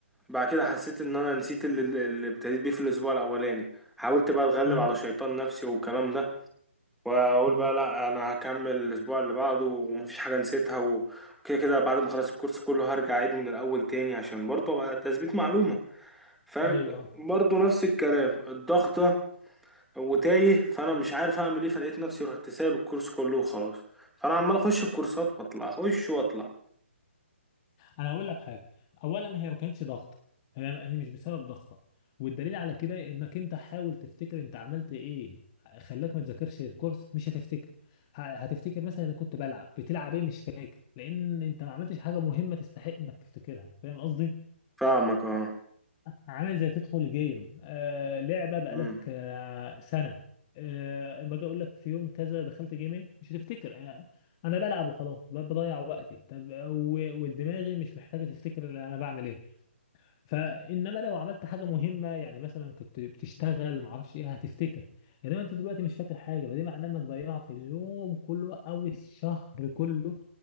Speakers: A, in the centre; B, on the left (about 30°).
A: بعد كده حسيت ان انا نسيت اللي, اللي ابتديت بيه في الاسبوع الاولاني حاولت بقى اتغلب
B: مم،
A: على شيطان نفسي والكلام ده واقول
B: مم.
A: بقى لا انا هكمل الاسبوع اللي بعده ومفيش حاجه نسيتها و- وكده كده بعد ما اخلص الكورس كله هرجع اعيده من الاول تاني عشان برضه بقى تثبيت معلومه فاهم
B: ايوه
A: برضه نفس الكلام الضغطه وتايه فانا مش عارف اعمل ايه فلقيت نفسي رحت سايب الكورس كله وخلاص فانا عمال اخش في كورسات واطلع اخش واطلع
B: انا هقول لك حاجه اولا هي ما كانتش ضغطه هي هي مش بسبب ضغطه والدليل على كده انك انت حاول تفتكر انت عملت ايه خلاك ما تذاكرش الكورس مش هتفتكر ه- هتفتكر مثلا انا كنت بلعب بتلعب ايه مش فاكر لان انت ما عملتش حاجه مهمه تستحق انك تفتكرها فاهم قصدي
A: فاهمك اه
B: عامل زي تدخل جيم آه لعبة بقالك
A: امم
B: آه سنة آه اما اجي اقول لك في يوم كذا دخلت جيم ايه مش هتفتكر انا أنا بلعب وخلاص ب- بضيع وقتي طب و- ودماغي مش محتاجة تفتكر اللي انا بعمل ايه فانما لو عملت حاجه مهمه يعني مثلا كنت بتشتغل معرفش ايه هتفتكر انما انت دلوقتي مش فاكر حاجه فده معناه انك ضيعت اليوم كله او الشهر كله